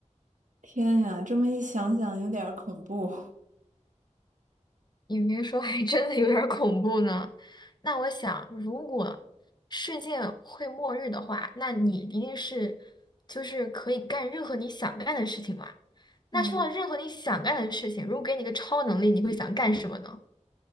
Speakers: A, on the right (about 80°); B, on the left (about 35°).
A: 天呀，这么一想想，有点儿恐怖。
B: 你别说，还真的有点儿恐怖呢。那我想，如果世界会末日的话，那你一定是就是可以干任何你想干的事情嘛。那说到任何你想干的事情，
A: <laughs> 嗯，
B: 如果给你个超能力，你会想干什么呢？